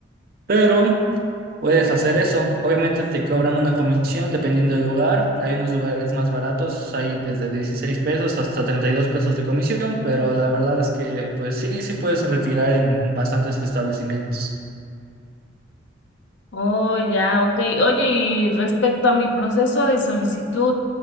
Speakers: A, on the right; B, on the left.
A: pero puedes hacer eso. Obviamente te cobran una comisión dependiendo del lugar, hay unos lugares más baratos, hay desde 16 pesos hasta 32 pesos de comisión, pero la verdad es que, pues sí, sí puedes retirar en bastantes establecimientos.
B: Oh, ya, ok. Oye, y respecto a mi proceso de solicitud,